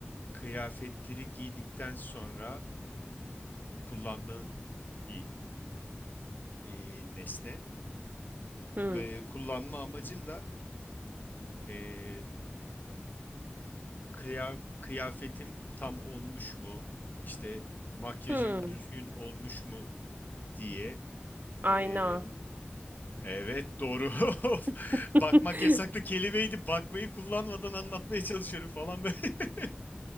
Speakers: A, on the left; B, on the right.
A: kıyafetleri giydikten sonra kullandığın bir ee, nesne.
B: Hmm.
A: Ee, kullanma amacın da Ee, kıya- kıyafetim tam olmuş mu? İşte makyajım
B: Hmm.
A: düzgün olmuş mu diye.
B: Ayna.
A: Ee, evet doğru. <laughs> Of,
B: <laughs>
A: Bakmak yasaklı kelimeydi. Bakmayı kullanmadan anlatmaya çalışıyorum falan ben. <laughs>